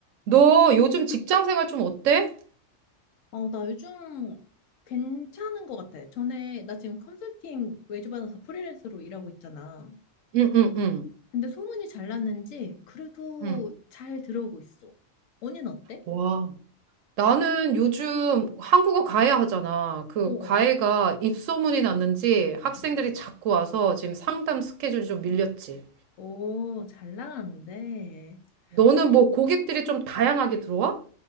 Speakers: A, on the right; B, on the left.
A: 너 요즘 직장 생활 좀 어때?
B: 어, 나 요즘 괜찮은 것 같아. 전에, 나 지금 컨설팅 외주 받아서 프리랜서로 일하고 있잖아.
A: 응, 응, 응,
B: 근데 소문이 잘 났는지 그래도
A: 응.
B: 잘 들어오고 있어. 언니는 어때?
A: 와. 나는 요즘 한국어 과외 하잖아. 그
B: 어, 어.
A: 과외가 입소문이 났는지 학생들이
B: 어.
A: 자꾸 와서 지금 상담 스케줄이 좀 밀렸지.
B: 오, 잘 나가는데.
A: 너는
B: 언니,
A: 뭐 고객들이 좀 다양하게 들어와?